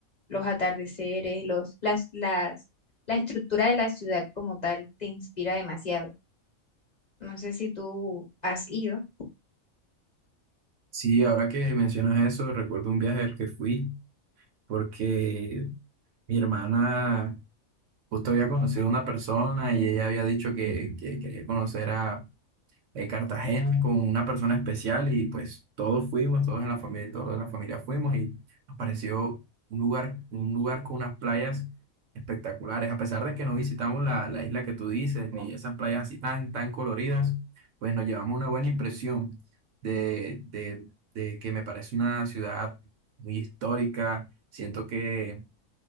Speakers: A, on the left; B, on the right.
A: los atardeceres, los, las, las, la estructura de la ciudad como tal te inspira demasiado. No sé si tú has ido.
B: sí, ahora que mencionas eso, recuerdo un viaje al que fui porque mi hermana justo había conocido a una persona y ella había dicho que, que quería conocer a eh, Cartagena con una persona especial y pues todos fuimos, todos en la familia, todos de la familia fuimos y nos pareció un lugar, un lugar con unas playas espectaculares, a pesar de que no visitamos la, la isla que tú dices, ni esas playas así tan, tan coloridas, pues nos llevamos una buena impresión de, de, de que me parece una ciudad muy histórica, siento que